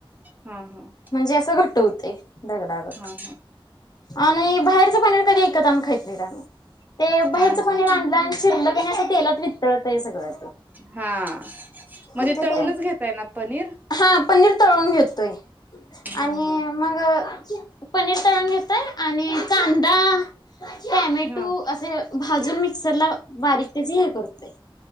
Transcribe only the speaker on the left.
म्हणजे असं घट्ट होतंय दगडागत
आणि बाहेरच पनीर कधी ईकत आणून खाइत नाही आम्ही ते बाहेरचं
पणीर आणलं आणि चिरलं कणी असं तेलात वितळतयं सगळं
ते
<unintelligible> ते
हा पनीर तळून घेतोय
आणि
मग पनीर तळूण घेतोय आणि कांदा टामॅटो
असं भाजून मिक्सरला बा बारीक त्याची हे करतोय